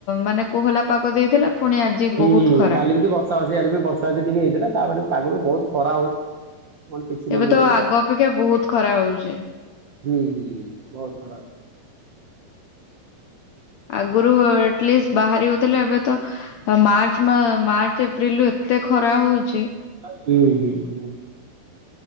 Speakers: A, on the left; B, on the right.
A: ମାନେ କୋହଲା ପାଗ ଦେଇଥିଲା। ପୁଣି ଆଜି
B: ହୁଁ
A: ବହୁତ
B: ହୁଁ
A: ଖରା।
B: କାଲି ବି ବର୍ଷା ହସିଛି ଆଡ ବି ବର୍ଷା ଅସିଛି ଟିକେ ହେଇଥିଲା ତାପରେ ପାଗ ବି ବହୁତ ଖରା ହଉଛି। କଣ କିଛି ମାନେ
A: ଏବେ ତ
B: ହୁଁ
A: ଆଗ ଅପେକ୍ଷା ବହୁତ ଖରା ହଉଛେ।
B: ହୁଁ ହୁଁ ହ ବହୁତ <unintelligible>
A: ଆଗରୁ ଆଟଲିଷ୍ଟ ବାହାରି ହଉଥିଲା ଏବେ ତ ଆ ମାର୍ଚ୍ଚ ମାର୍ଚ୍ଚ ଏପ୍ରିଲରୁ ଏତେ ଖରା ହଉଛି।
B: ହୁଁ ହୁଁ ହୁଁ।